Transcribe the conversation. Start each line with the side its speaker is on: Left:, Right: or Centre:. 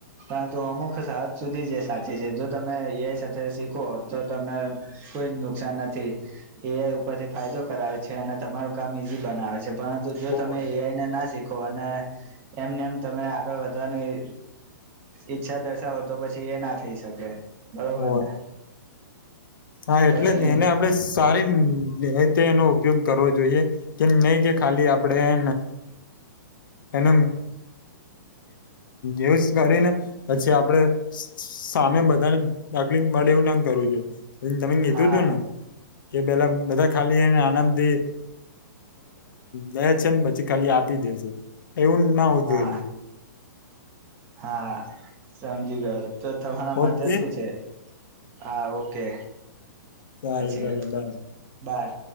Right: પણ તો અમુખ સા સુધી જે સાચી છે જો તમે એઆઈ સાથે શીખો તો તમને કોઈ નુકસાન નથી એઆઈ ઉપરથી ફાયદો કરાવે છે અને તમારું કામ ઈઝી બનાવે છે પરંતુ જો
Left: હોવે
Right: તમે એઆઈને ના શીખો અને એમને એમ તમે આગળ વધવાની ઈચ્છા દર્શાવો તો પછી એ ના થઈ શકે બરોબર
Left: ઓ
Right: ને
Left: હા
Right: પછી
Left: એટલે એને આપડે સારી તે એનો ઉપયોગ કરવો જોઈએ કેમ નહી કે ખાલી આપણેે એન યુઝ કરી ને પછી આપડે સામે બધાને માટેે એવું ના કરવું જોઈએ તમે કીધું
Right: હા
Left: તું ને કે પેલા બધા ખાલી એને આનંદ થી લે છે ને પછી ખાલી આપી દે છે એવું ના હોવું
Right: હા
Left: જોઈએ
Right: હા સમજી ગયો તો તમારા માટે
Left: ઓકે
Right: શું છે હા ઓકે
Left: સારું
Right: પછી
Left: ચાલો બાય
Right: બાય